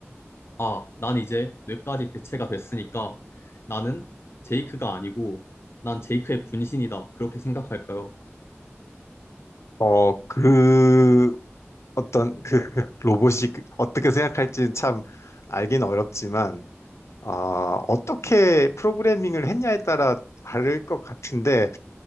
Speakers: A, on the left; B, on the left.
A: 아, 난 이제 뇌까지 대체가 됐으니까 나는 제이크가 아니고 난 제이크의 분신이다. 그렇게 생각할까요?
B: 어, 그 어떤 그 <laughs> 로봇이 그- 어떻게 생각할지는 참 알긴 어렵지만 어, 어떻게 프로그래밍을 했냐에 따라 다를 것 같은데